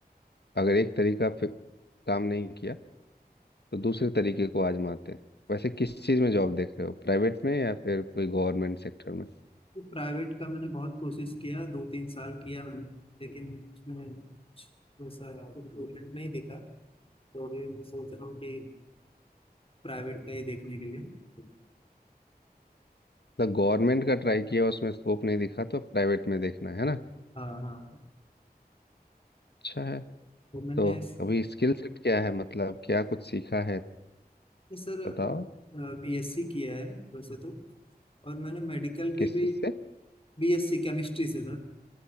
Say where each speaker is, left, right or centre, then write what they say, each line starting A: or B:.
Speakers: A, on the left (about 80°); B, on the left (about 35°).
A: अगर एक तरीका फि- काम नहीं किया तो दूसरे तरीके को आजमाते हैं वैसे किस चीज़ में जॉब देख रहे हो प्राइवेट में या फिर कोई गवर्नमेंट सेक्टर में
B: तो प्राइवेट का मैंने बहुत कोशिश किया दो तीन साल किया मैंने लेकिन उसमें कुछ वैसा इम्प्रूवमेंट नहीं दिखा तो अभी मैं सोच रहा हूँ कि प्राइवेट का ही देखने के लिए
A: मतलब गवर्नमेंट का ट्राई किया उसमें स्कोप नहीं दिखा तो प्राइवेट में देखना है ना
B: हाँ हाँ
A: अच्छा है
B: तो मैंने
A: तो अभी स्किल सेट क्या है मतलब क्या कुछ सीखा है
B: सर
A: बताओ
B: बीएससी किया है वैसे तो और मैंने मेडिकल
A: किस
B: पे भी
A: चीज से
B: बीएससी केमिस्ट्री से सर